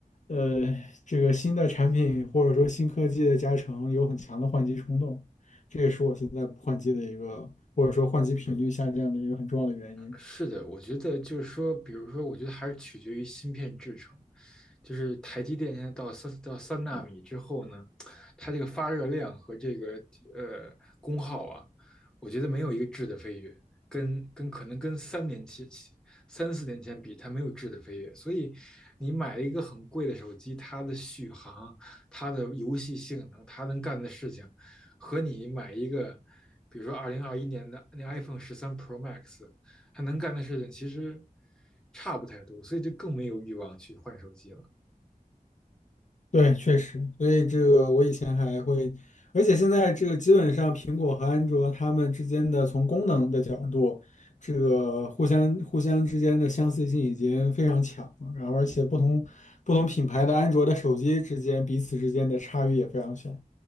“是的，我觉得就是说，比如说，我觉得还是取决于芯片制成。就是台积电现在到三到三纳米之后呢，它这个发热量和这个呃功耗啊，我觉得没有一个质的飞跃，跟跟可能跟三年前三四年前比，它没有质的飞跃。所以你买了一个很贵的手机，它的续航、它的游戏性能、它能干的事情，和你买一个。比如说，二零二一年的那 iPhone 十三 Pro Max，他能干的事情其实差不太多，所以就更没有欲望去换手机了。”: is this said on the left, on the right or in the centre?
Centre